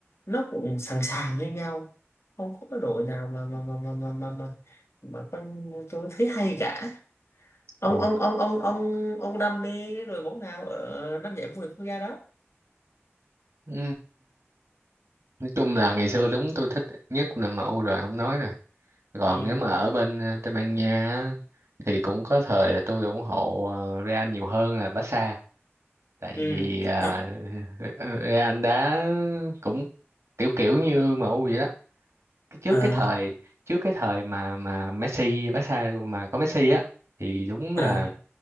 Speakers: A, on the left; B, on the right.
A: nó cũng sẵn sàng như nhau không có cái đội nào mà mà mà mà mà mà mà, mà con- tôi thấy hay cả ông
B: Ủa.
A: ông ông ông ông ông đam mê cái đội bóng nào ở năm giải vô địch quốc gia đó
B: Ừ. nói chung là ngày xưa đúng tôi thích nhất là em u rồi không nói rồi còn
A: ừ
B: nếu mà ở bên ờ, Tây Ban Nha á, thì cũng có thời là tôi ủng hộ ờ, Real nhiều hơn là Barca tại
A: ừ
B: vì ờ, ờ, Real đá cũng kiểu kiểu như em u vậy đó Cái- trước
A: à
B: cái thời trước cái thời mà mà Messi Barca mà có Messi á thì đúng
A: à
B: là